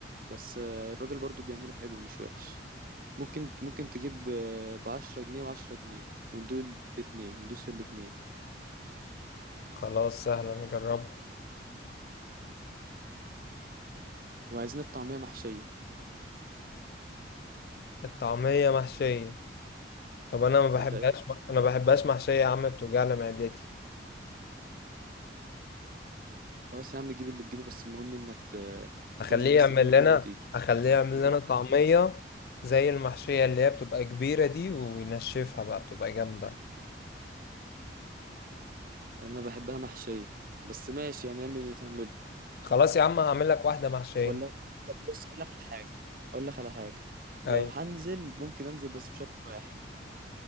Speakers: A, on the right; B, on the left.
A: بس آه، الراجل برضو بيعمله حلو مش وحش ممكن ممكن تجيب ب 10 جنيه و10 جنيه وندوق الاتنين ندوس في الاتنين
B: خلاص سهلا نجربه
A: وعايزين الطعميه محشيه
B: الطعمية محشية طب انا ما بحبهاش
A: ولا ايه
B: انا ما بحبهاش محشية يا عم بتوجعلي معدتي
A: خلاص يا عم جيب اللي تجيبه بس المهم انك ت-
B: اخليه
A: تنزل بس
B: يعمل
A: تجيب الفطار
B: لنا
A: وتيجي
B: اخليه يعمل
A: هتيجي
B: لنا طعمية
A: ولا ايه
B: زي المحشية اللي هي بتبقى كبيرة دي وينشفها بقى بتبقى جامدة
A: انا بحبها محشيه بس ماشي يعني اعمل اللي تعمله
B: خلاص يا عم هعمل لك واحدة محشية
A: ولا طب بص هقول لك على حاجة هقول لك على حاجة
B: ايوه
A: لو هنزل ممكن انزل بس بشرط واحد